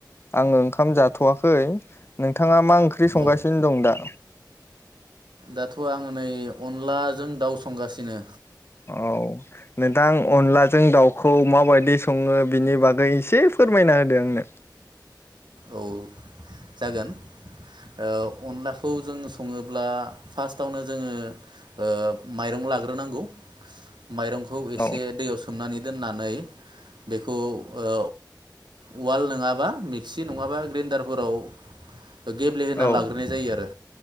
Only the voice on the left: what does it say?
आङो ओंखाम जाथ'वाखै। नोंथाङा मा ओंख्रि संगासिनो
दं दा?
औ नोंथां अनलाजों दाउखौ माबायदि सङो बिनि बागै एसे फोरमायना होदों आंनो।
औ
औ